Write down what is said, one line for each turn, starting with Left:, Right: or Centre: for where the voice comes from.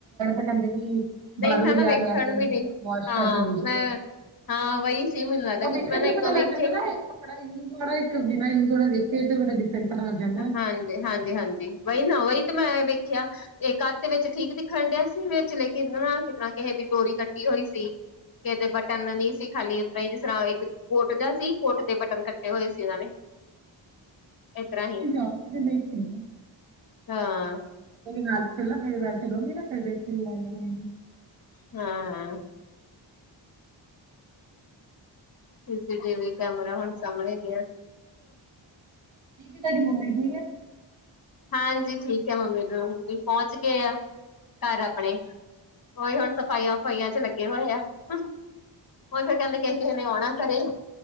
Right: ਕਹਿੰਦੇ ਕਿ
Left: ਨਹੀਂ
Right: ਬਾਹਰੋ
Left: ਮੈਂ
Right: ਵੀ
Left: ਨਾ
Right: ਲਿਆ
Left: ਵੇਖਣ
Right: ਲੈ ਕੇ
Left: ਵੀ ਨਹੀਂ
Right: ਵਾਸ਼
Left: ਹਾਂ
Right: ਕਰਕੇ ਵੇਚਦੇ
Left: ਮੈਂ
Right: ਆ।
Left: ਹਾਂ ਵਹੀ ਸੀ ਮੈਨੂੰ ਲੱਗਦਾ
Right: ਉਹ
Left: ਕਿਉਂਕਿ
Right: ਵੇਖਣ
Left: ਮੈਂ ਨਾ
Right: ਕੀ
Left: ਇੱਕ
Right: ਪਤਾ
Left: ਦੋ
Right: ਲੱਗ
Left: ਵੇਖੇ
Right: ਜਾਂਦਾ ਨਾ ਇੱਕ ਕੱਪੜਾ ਯੂਜ ਵਾਲਾ ਇੱਕ ਬਿਨਾ ਯੂਜ ਵਾਲਾ ਦੇਖ ਤੇ ਡਿਫਰੈਂਟ ਪਤਾ ਲੱਗ ਜਾਂਦਾ ਹੈ।
Left: ਹਾਂਜੀ, ਹਾਂਜੀ, ਹਾਂਜੀ ਵਹੀ ਨਾ ਵਹੀ ਤੇ ਮੈਂ ਵੇਖਿਆ ਇਹ ਕੱਤ ਵਿੱਚ ਠੀਕ ਦਿਖਣ ਡਿਆ ਸੀ ਵਿਚ ਲੇਕਿਨ ਨਾ ਕਿ ਕਿਸੇ ਦੀ ਡੋਰੀ ਕੱਟੀ ਹੋਈ ਸੀ ਕਿਤੇ ਬਟਨ ਨਹੀਂ ਸੀ ਖਾਲੀ ਤਰ੍ਹਾਂ ਜਿਸ ਤਰ੍ਹਾਂ ਇੱਕ ਕੋਟ ਦਾ ਸੀ ਕੋਟ ਦੇ ਬਟਨ ਕੱਟੇ ਹੋਏ ਸੀ ਉਹਨਾਂ ਨੇ ਤਰ੍ਹਾਂ
Right: ਤੁਸੀਂ
Left: ਹੀ
Right: ਜਾਓ ਕਿਤੇ ਰੇਟ ਸੇਮ
Left: ਹਾਂ
Right: ਨਾਲ ਚਹਿਲਾਂ ਮੇਰੀ ਵੈਸੇ ਲੂੰਗੀ ਨਾ ਕ ਵ ਲੈ ਲਵਗੀ
Left: ਹਾਂ। ਸੀਸੀਟੀਵੀ ਕੈਮਰਾ ਹੁਣ ਸਾਹਮਣੇ ਗਿਆ
Right: ਠੀਕ ਤੁਹਾਡੀ ਮੰਮੀ ਠੀਕ ਹੈ।
Left: ਹਾਂਜੀ ਠੀਕ ਹੈ ਮੰਮੀ ਨੂੰ ਪਹੁੰਚ ਗਏ ਆ ਘਰ ਆਪਣੇ ਉਹੀ ਹੁਣ ਸਫ਼ਾਈਆਂ ਵਫਾਈਆਂ ਚ ਲੱਗੇ ਹੋਏ ਆ। ਉਹ ਫਿਰ ਕਹਿੰਦੇ ਕਿਸ ਕਿਸੇ ਨੇ ਆਉਣਾ ਘਰੇ